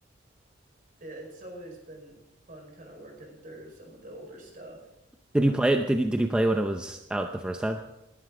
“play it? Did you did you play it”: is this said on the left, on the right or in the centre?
Centre